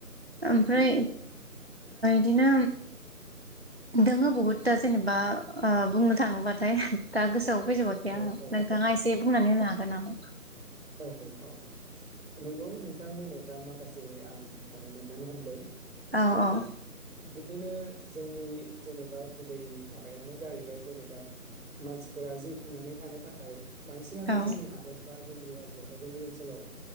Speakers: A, on the right (about 45°); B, on the right (about 60°).
A: ओमफ्राय। बिदिनो दंङो बुहुद दा जेनेबा बुंनो थाङोबाथाय दा गोसोआव। फैजोबाखै
B: औ
A: आंङो
B: औ
A: नोंथाङा एसे। मनो जागोना <inaudible>
B: औ औ औ। नंगौ नोंथां बुंनायफ्रा माखासे आं माने मोनदांनो हमदों।
A: औ
B: बेखौ
A: औ
B: बिदिनो जोंनि जेनेबा गुबै माबायानो जाहैबाय जेनेबा मानसिफोरा जिउ खुंनानै थानो थाखाय बांसिनानो
A: औ
B: जोंनि हादोर बा जोंनि रायजोआव बा जोंनि ओनसोलाव